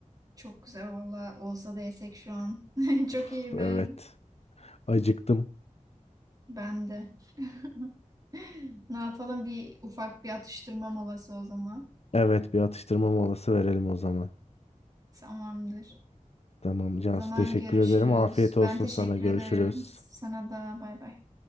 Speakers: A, on the right; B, on the left.
A: Çok güzel valla. Olsa da yesek şu an. <laughs> Çok
B: Of,
A: iyi de.
B: evet. Acıktım.
A: Ben de. <laughs> Ne yapalım? Bir ufak bir atıştırma molası o zaman.
B: Evet, bir atıştırma molası verelim o zaman.
A: Tamamdır.
B: Tamam Cansu
A: O zaman
B: teşekkür
A: görüşürüz.
B: ederim. Afiyet olsun
A: Ben teşekkür
B: sana. Görüşürüz.
A: ederim. Sana da bay bay.